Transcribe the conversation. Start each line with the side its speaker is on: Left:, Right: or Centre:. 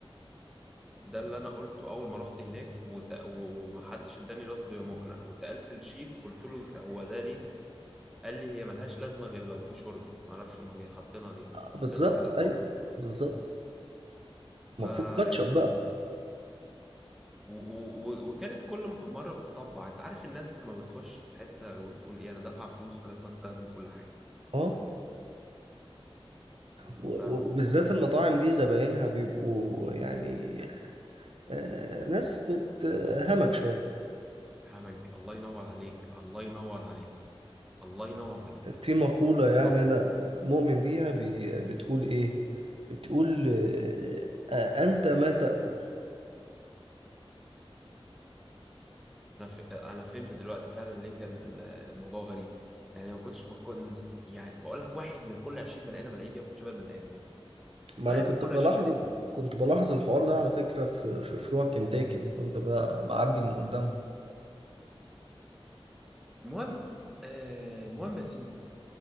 Centre: ده اللي أنا قلته أول ما رحت هناك وس... و- ومحدش اداني رد مقنع وسألت الشيف قلت له هو ده ليه؟ قال لي هي ملهاش لازمة غير لو في شوربة معرفش هما جاي حاطينها ليه
Right: آه،
Centre: حاطينها
Right: بالظبط
Centre: كده وخلاص
Right: ايوه بالظبط
Centre: فيعني
Right: المفروض كاتشب بقى
Centre: و- و- و- وكانت كل مرة بتطبع انت عارف الناس ما بتخش في حتة وتقول ايه انا دافعة فلوس فلازم استخدم كل حاجة
Right: اه و-
Centre: ف
Right: و- وبالذات المطاعم دي زباينها بيبقوا يعني آه ناس بتهمك شوية
Centre: همج الله ينور عليك الله ينور عليك الله ينور عليك
Right: في مقولة
Centre: بالظبط
Right: يعني أنا مؤمن بيها بي بتقول إيه بتقول آه آه، أنت ما تأكل
Centre: انا ف... انا فهمت دلوقتي فعلا ليه كان ال- الموضوع غريب يعني ما كنتش ما كنت مست... يعني بقول لك واحد من كل 20 بني ادم الاقيه بياكل شبه البني ادمين
Right: ما
Centre: واحد
Right: أنا كنت
Centre: من كل
Right: بلاحظ
Centre: 20 بني ادم
Right: كنت بلاحظ الحوار ده على فكرة في في فروع كنتاكي اللي كنت ب- بعدي من قدامها
Centre: المهم آه المهم يا سيدي